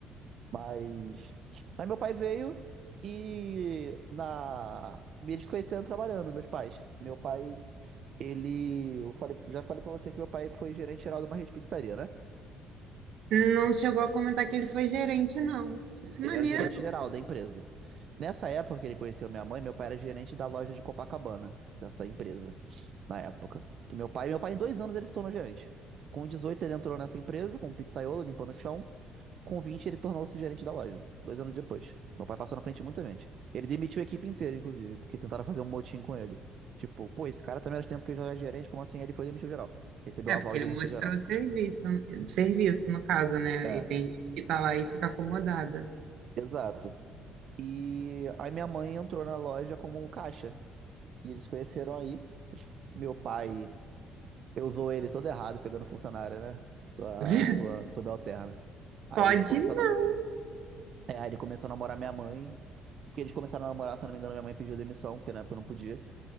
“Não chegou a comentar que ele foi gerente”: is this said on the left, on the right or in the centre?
Right